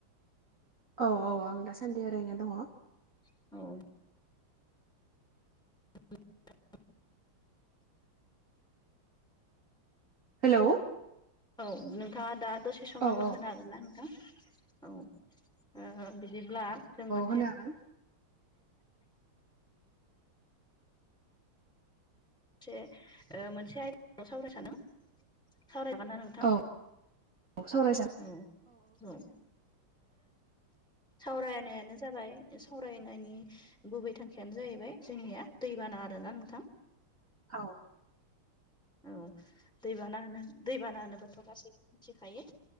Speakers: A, on the right (about 40°); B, in the centre.
A: औ औ आं दासान्दि ओरैनो दङ।
B: <unintelligible> <unintelligible>
A: हेलौ।
B: औ नोंथाङा दा दसे सम
A: औ
B: आंनो
A: औ
B: होनो हागोनना नोंथां औ। बिदिब्ला जों मोनसे
A: होनो हागोन
B: मोनसे मोनसे आयदानि सायाव सावरायनो सानदों सावरायजागोनना नोंथां?
A: औ सावरायजागोन
B: औ औ ओ सावरायनायानो जाबाय सावरायनायनि गुबै थांखियानो जाहैबाय जोंनिया दैबाना आरोना नोंथां।
A: औ
B: औ ओ दैबाना होनो दैबाना होनोबथ' गासैबो मिथिखायो